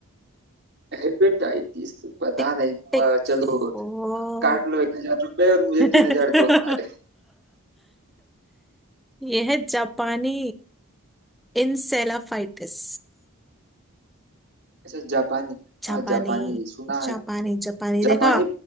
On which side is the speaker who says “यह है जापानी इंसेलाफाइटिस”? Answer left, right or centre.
Centre